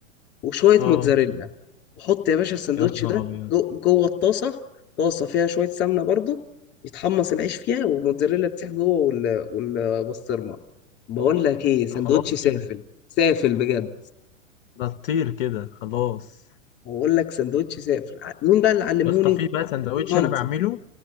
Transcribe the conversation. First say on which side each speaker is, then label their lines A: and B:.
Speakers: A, on the left; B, on the left.
A: وشوية
B: اه
A: موتزاريلا وحط يا باشا السندوتش
B: يا نهار
A: ده
B: ابيض
A: جو- جوه الطاسة طاسة فيها شوية سمنة برضو يتحمص العيش فيها والموتزاريلا تسيح جوه وال... والبسطرمة بقول لك ايه سندوتش
B: ده خلاص
A: سافل
B: <laughs> كده
A: سافل بجد
B: ده تطير كده خلاص
A: بقول لك سندوتش سافل ع- مين بقى اللي علمهوني
B: يا اسطى في بقى سندوتش
A: مامتي
B: انا بعمله